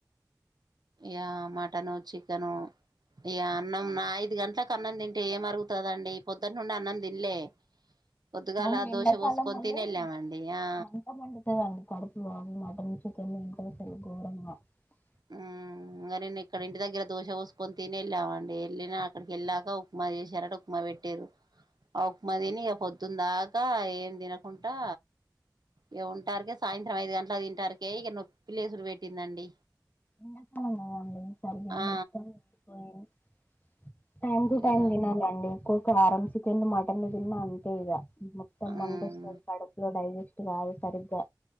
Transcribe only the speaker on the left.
అవును ఎండాకాలం
మళ్ళీ
మంట మండుతదండి కడుపులో మటన్ చికెన్ ఎముకలు కోమ <unintelligible>
ఎ సనమ అ సరి
మొత్త వెపోయి <unintelligible> టైమ్ టటు టైమ్
దిన లాండి కారం చికెన్ మటన్ లు తిన్న అంతే ఇగ మొత్తం
మంట వస్తది కడపులో డైజెస్ట్ కాదు సరిగ్గా